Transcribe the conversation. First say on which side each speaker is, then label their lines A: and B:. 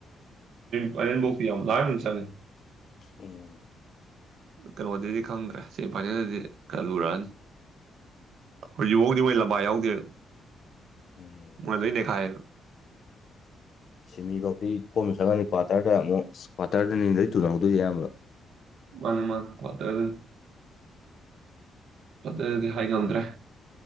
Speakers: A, on the right; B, on the left.
A: ꯂꯅꯕꯧꯄꯤꯤ ꯌꯥꯝ ꯂꯥꯛꯁꯦ
B: ꯎꯝ
A: ꯀꯩꯅꯣꯗꯗꯤ ꯈꯪꯗ꯭ꯔꯦ ꯁꯦꯃꯤꯐꯥꯏꯅꯦꯜꯗꯗꯤ ꯈꯔ ꯂꯨꯔꯛꯑꯅꯤ ꯍꯧꯖꯤꯛ ꯐꯥꯎꯗꯤ ꯃꯣꯏ ꯂꯝꯕꯥꯏ ꯌꯥꯎꯗꯦ
B: ꯎꯝ
A: ꯃꯣꯏ ꯂꯩꯅꯦꯈꯥꯏ
B: ꯁꯤꯃꯤꯐꯧꯇꯤ ꯀꯣꯝꯅ ꯆꯪꯉꯅꯤ ꯀ꯭ꯋꯥꯇꯔꯗ ꯑꯃꯨꯛ ꯀ꯭ꯋꯥꯇꯔꯗꯅꯤꯗ ꯇꯨꯅꯍꯧꯗꯣꯏꯁ ꯑꯌꯥꯝꯕ
A: ꯋꯥꯅꯤꯃ ꯀꯠꯇ ꯑꯗꯨ ꯑꯗꯨꯗꯨꯗꯒꯤ ꯍꯥꯏꯅꯗ꯭ꯔꯦ